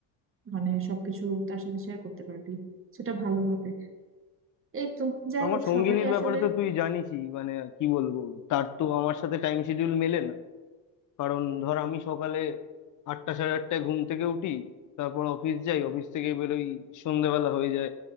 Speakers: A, on the right; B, on the left.
A: মানে সবকিছু তার সাথে শেয়ার করতে পারবি সেটা ভালো হবে এই তো যাই
B: আমার
A: হোক
B: সঙ্গিনীর
A: সবারই আসলে
B: ব্যাপারে তো তুই জানিসই মানে কি বলবো তার তো আমার সাথে টাইম শিডিউল মেলে না কারণ ধর আমি সকালে আটটা সাড়ে আটটায় ঘুম থেকে উঠি তারপর অফিস যাই অফিস থেকে বেরোই সন্ধ্যেবেলা হয়ে যায়